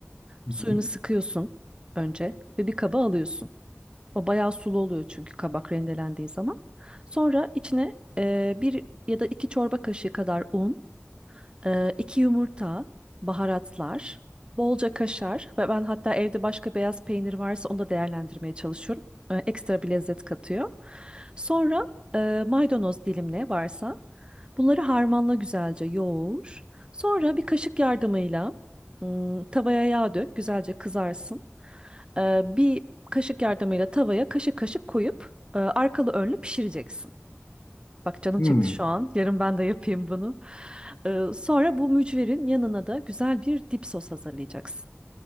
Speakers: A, on the left; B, on the right.
A: Hı
B: Suyunu
A: hı.
B: sıkıyorsun önce ve bir kaba alıyorsun. O bayağı sulu oluyor çünkü kabak rendelendiği zaman. Sonra içine eee, bir ya da iki çorba kaşığı kadar un. Ee, iki yumurta, baharatlar, bolca kaşar ve ben hatta evde başka beyaz peynir varsa onu da değerlendirmeye çalışıyorum. Ee, ekstra bir lezzet katıyor. Sonra e, maydanoz dilimle varsa bunları harmanla güzelce yoğur. Sonra bir kaşık yardımıyla hmm, tavaya yağ dök, güzelce kızarsın. Ee, bir kaşık yardımıyla tavaya kaşık kaşık koyup e, arkalı önlü pişireceksin. Bak canım
A: Hmm.
B: çekti şu an. Yarın ben de yapayım bunu. Ee, sonra bu mücverin yanına da güzel bir dip sos hazırlayacaksın.